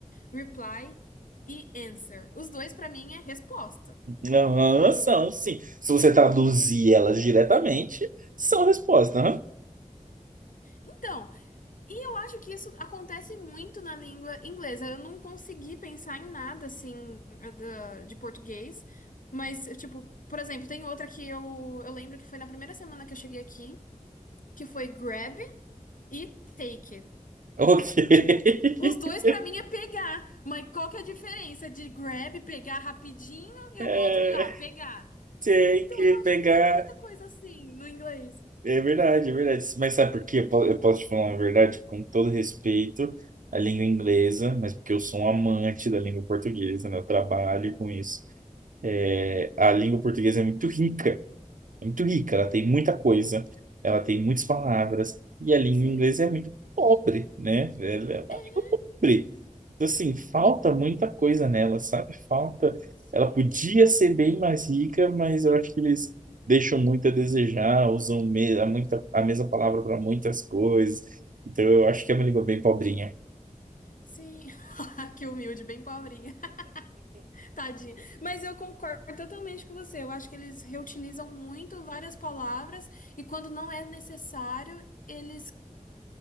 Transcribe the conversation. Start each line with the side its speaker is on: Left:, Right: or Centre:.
Left: reply e answer. Os dois pra mim é resposta.
Right: Aham, são, sim. Se você traduzir elas diretamente, são respostas, aham.
Left: Então, e eu acho que isso acontece muito na língua inglesa. Eu não consegui pensar em nada assim da- de português, mas, tipo, por exemplo, tem outra que eu, eu lembro que foi na primeira semana que eu cheguei aqui, que foi grab. e take.
Right: Ok. <laughs>
Left: Tipo, os dois pra mim é pegar, mas qual que é a diferença de grab, pegar rapidinho e
Right: É,
Left: o outro lá, pegar?
Right: tem
Left: Então
Right: que
Left: eu
Right: pegar.
Left: acho que tem muita coisa assim no inglês.
Right: É verdade, é verdade. Mas sabe por quê? Eu po- eu posso te falar uma verdade com todo respeito à língua inglesa, mas porque eu sou um amante da língua portuguesa, né? Eu trabalho com isso. É, A língua portuguesa é muito rica. é muito rica, ela tem muita coisa, ela tem muitas palavras, e a língua
Left: Sim,
Right: inglesa é muito pobre, né? Ela é pobre.
Left: É,
Right: Então, assim, falta muita coisa nela, sabe? Falta.
Left: sim,
Right: Ela podia ser bem mais rica, mas eu acho que eles deixam muito a desejar, usam me- a, muita, a mesma palavra para muitas coisas. Então, eu acho que é uma língua bem pobrinha.
Left: sim. <laughs> Que humilde, bem pobrinha. <laughs> Tadinha. Mas eu concordo totalmente com você. Eu acho que eles reutilizam muito várias palavras e quando não é necessário, eles